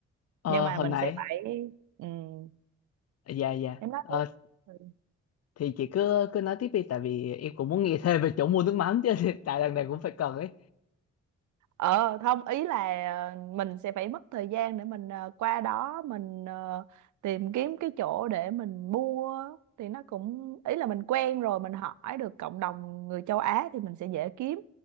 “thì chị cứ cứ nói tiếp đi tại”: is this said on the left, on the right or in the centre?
Left